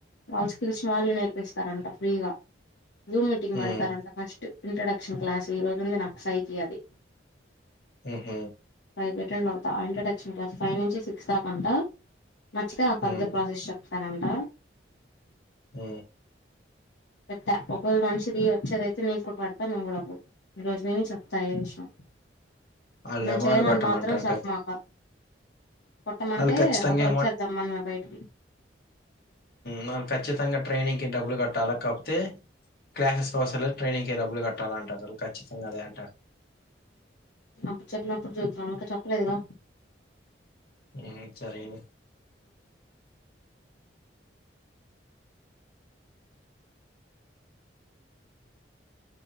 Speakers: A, on the left (about 70°); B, on the left (about 50°).
A: వాళ్ళు స్కిల్స్ వాళ్ళు నేర్పిస్తారంట ఫ్రీగా జూమ్ మీటింగ్ పెడతారంట,
B: ఉమ్
A: ఫస్ట్ ఇంట్రొడక్షన్ క్లాస్ ఈ రోజుంది నాకు ఫైకి అది
B: ఆహ
A: అది రిటెన్ పంపుతా ఇంట్రడక్షన్ అంట ఫైవ్ నుంచి సిక్స్ దాకా అంట నచ్చితే ఆ పార్ధుష
B: ఉమ్
A: ప్రాజెక్ట్ ఇస్తారంట
B: ఉ
A: పెట్టా ఒక మనిషిది వచ్చేదియితే నే ఇపుడు పడతా నువ్వు కూడా అవు ఈ రోజు విని చెప్తా ఏ విషయం
B: ఆళ్ళు
A: నేను
B: అమౌంట్
A: చేయనని
B: కట్టమంటారు
A: మాత్రం చెపమాక
B: ఖచ్
A: కొట్టమంటే
B: ఆళ్ళు ఖచ్చితంగా
A: అప్పుడు వచ్చేదాం మనమే బయటికి
B: మనం ఖచ్చితంగా ట్రైనింగ్ కి డబ్బులు కట్టాలా కాకపోతే క్లాసెస్ కోసలే ట్రైనింగ్కి డబ్బులు కట్టాలి అంటారు వాళ్ళు ఖచ్చితంగా అదే అంటారు
A: అప్పుడు చెప్పినప్పుడు చూతు ఇకా చెప్పలేదుగా
B: హ్మ్మ్ సరే ఇంగ